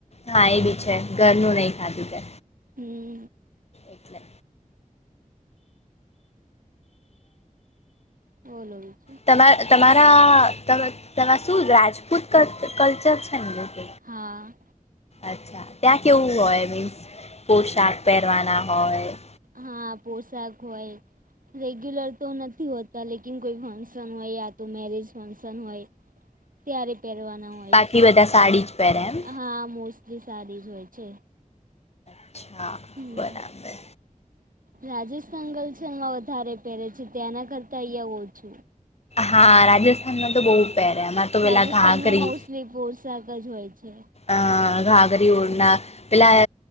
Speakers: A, on the left; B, on the right.
A: હા એ બી છે, ઘરનું નહી ખાધું તે.
B: હમ્મ.
A: એટલે
B: બોલો બી
A: તમારા તમારા, તમા તમાર શું રાજપૂત કલ કલ્ચર છે ને કઈ?
B: હા.
A: અચ્છા. ત્યાં કેવું હોય મીન્સ પોશાક પેરવાના હોય?
B: હા, પોશાક હોય. રેગ્યુલર તો નથી હોતા લેકીન કોઈ ફંક્શન હોય યા તો મેરેજ ફંક્શન હોય ત્યારે પેરવાના હોય
A: બાકી
B: છે.
A: બધા સાડી જ પહેરે એમ
B: હા મોસ લી સારી જ હોય છે.
A: અચ્છા.
B: હમ્મ,
A: બરાબર
B: રાજસ્થાન ગર્લ છે એમાં વધારે પેરે છે ત્યાંના કરતા અઈયા ઓછું.
A: હા રાજસ્થાનમાં તો બઉ પેહરે એમાં તો પેલા
B: રાજસ્થાનમાં
A: ઘાઘરી
B: <unintelligible> પોશાક જ હોય છે.
A: અ ઘાાગરી ઉડના પેલા